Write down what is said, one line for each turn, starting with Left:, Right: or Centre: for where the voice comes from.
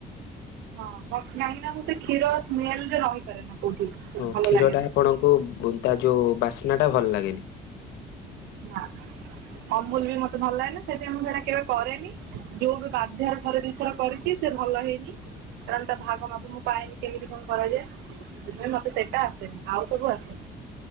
Right: ହଁ କାଇଁକି ନା ମୁଁ ସେ କ୍ଷୀର ସ୍ମେଲରେ ରହିପାରେ ନା କୋଉଠି
Left: ଓ
Right: ଭଲ
Left: କ୍ଷୀର
Right: ଲାଗେନା।
Left: ଟା ଆପଣଙ୍କୁ ବୁନତା ଯୋଉ ବାସ୍ନା ଟା ଭଲ ଲାଗେନି।
Right: ନା ଅମୁଲ ବି ମତେ ଭଲ ଲାଗେନା ସେଥିପାଇଁ ମୁଁ ସେଟା କେବେ କରେନି। ଯୋଉ ବି ବାଧ୍ୟରେ ଥରେ ଦିଥର କରିଚି ସେ ଭଲ ହେଇନି କାରଣ ତା ଭାଗ ମାପ ମୁଁ ପାଏନି। କେମିତି କଣ କରାଯାଏ। ସେଇଥି ପାଇଁ ମତେ ସେଟା ଆସେନି ଆଉ ସବୁ ଆସେ।